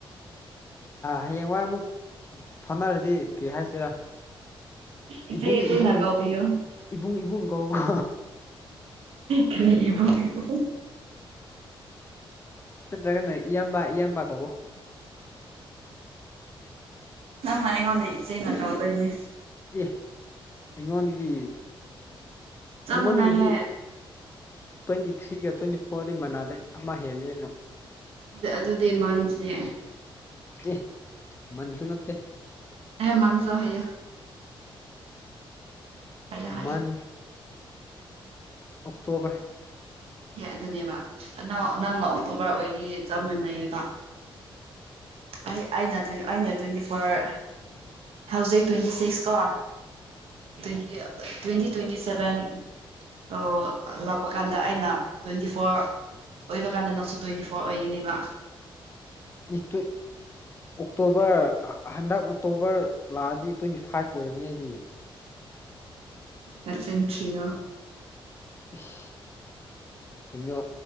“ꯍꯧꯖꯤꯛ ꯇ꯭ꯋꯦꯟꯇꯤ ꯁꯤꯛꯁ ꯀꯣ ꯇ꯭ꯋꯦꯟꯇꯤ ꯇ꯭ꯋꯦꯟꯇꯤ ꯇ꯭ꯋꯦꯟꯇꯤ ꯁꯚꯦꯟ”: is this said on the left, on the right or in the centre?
Right